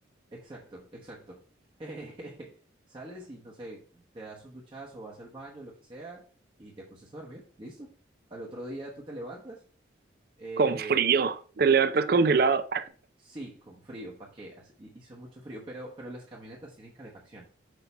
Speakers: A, on the right; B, on the right.
A: Exacto, exacto. <laughs> Eh, sales y no sé, te das un duchazo, vas al baño, lo que sea, y te acuestas a dormir, listo. Al otro día tú te levantas, eh,
B: con frío, te levantas congelado.
A: sí, con frío, ¿para qué? Hace- hi- Hizo mucho frío, pero, pero las camionetas tienen calefacción,